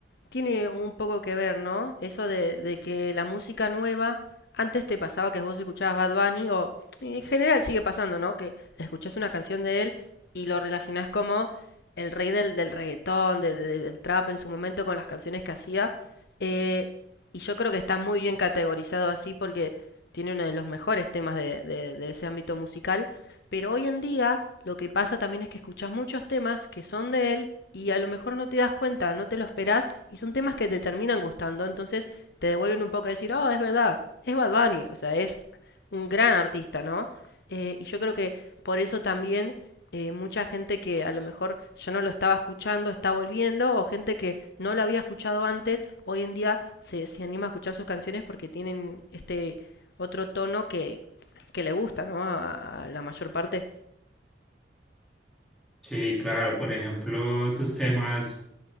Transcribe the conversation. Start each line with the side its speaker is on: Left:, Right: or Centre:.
Left: tiene un poco que ver, ¿no? Eso de, de que la música nueva, antes te pasaba que vos escuchabas Bad Bunny o en general sigue pasando, ¿no? Que escuchás una canción de él y lo relacionás como el rey del, del reggaetón, de- de- del trap en su momento con las canciones que hacía. Eh, y yo creo que está muy bien categorizado así porque tiene uno de los mejores temas de, de- de ese ámbito musical. Pero hoy en día lo que pasa también es que escuchas muchos temas que son de él y a lo mejor no te das cuenta, no te lo esperás y son temas que te terminan gustando. Entonces te devuelven un poco a decir, oh, es verdad, es Bad Bunny. O sea, es un gran artista, ¿no? Eh, y yo creo que por eso también eh, mucha gente que a lo mejor yo no lo estaba escuchando está volviendo o gente que no lo había escuchado antes hoy en día se, se anima a escuchar sus canciones porque tienen este otro tono que, que le gusta, ¿no? A, a la mayor parte.
Centre: Sí, claro, por ejemplo, esos temas.